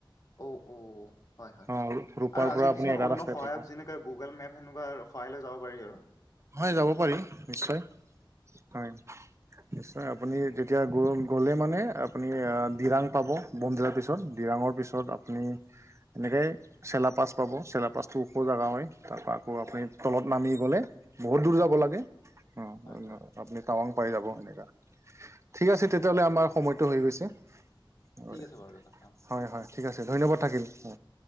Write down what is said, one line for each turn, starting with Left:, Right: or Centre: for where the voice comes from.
Left: অউ অ হয় হয়
Right: অঁ ৰূপাৰ
Left: আৰু আজি
Right: পৰা
Left: কিছুমান
Right: আপুনি এটা
Left: অন্য
Right: ৰাস্তাই
Left: সহায়ক
Right: পাব
Left: যেনেকে গুগল মেপ‌? সেনেকুৱাৰ সহায় লৈ যাব পাৰি আৰু
Right: হয় যাব পাৰি নিশ্চয় হয় নিশ্চয় আপুনি
Left: অ,
Right: যেতিয়া গ গ'লে মানে আপুনি আ ডিৰাং পাব। বনধিয়াৰ পিছত ডিৰাঙৰ পিছত আপুনি। এনেকে চেলাপাছ পাব চেলাপাছটো ওপৰ জেগা হয় তাৰপা। আকৌ আপুনি
Left: হয়
Right: তলত নামি গ'লে বহুত দূৰ যাব
Left: হয়
Right: লাগে অ। আপুনি
Left: হয় হয়
Right: টাৱাং পাই যাব সেনেকা ঠিক
Left: হয়
Right: আছে
Left: হয়
Right: তেতিয়াহ'লে আমাৰ সময়টো হৈ গৈছে। হ'ব
Left: ঠিক
Right: দে
Left: আছে বাৰু দাদা অ
Right: হয় হয় ঠিক আছে ধন্যবাদ থাকিল উ